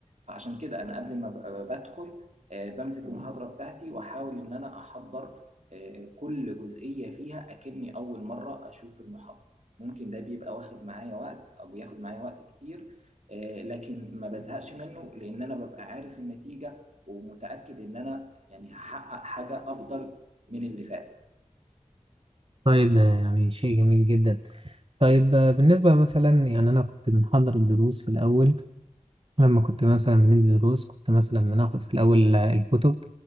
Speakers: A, on the right (about 70°); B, on the right (about 50°).
A: فعشان كده انا قبل ما ب- بدخل آه، بمسك المحاضره بتاعتي واحاول ان انا احضر آه، كل جزئيه فيها اكني اول مره اشوف المحاضره ممكن ده بيبقى واخد معايا وقت او بياخد معايا وقت كتير آه، لكن ما بزهقش منه لان انا ببقى عارف النتيجه ومتاكد ان انا يعني هحقق حاجه افضل من اللي فات
B: طيب ده يعني شيء جميل جدا طيب آه، بالنسبة مثلا يعني أنا كنت بنحضر الدروس في الأول لما كنت مثلا بندي دروس كنت مثلا بناخد في الأول آه، الكتب